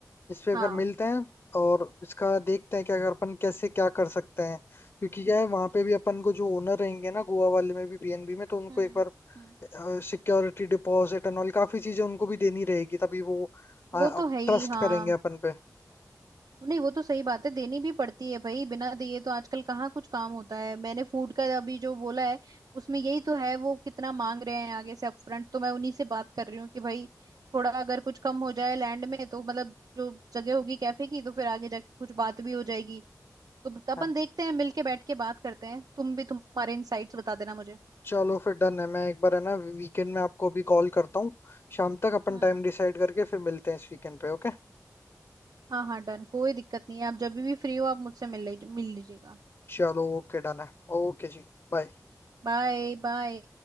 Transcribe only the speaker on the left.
इस पे अगर
मिलते हैं और इसका देखते हैं कि अगर अपन कैसे क्या कर सकते हैं क्योंकि क्या है वहां पे भी अपन को जो ओनर रहेंगे ना गोवा वाले में भी बीएनबी में तो उनको
एक बार
सिक्योरिटी डिपॉजिट एंड ऑल काफी चीजें उनको भी देनी रहेगी तभी वो ट्रस्ट
करेंगे अपन पे
हाँ,
चलो फिर डन है मैं एक बार है ना वीकेंड में आपको अभी कॉल करता हूँ शाम तक अपन
टाइम डिसाइड करके फिर मिलते हैं इस वीकेंड पे ओके
चलो ओके डन है ओके जी बाय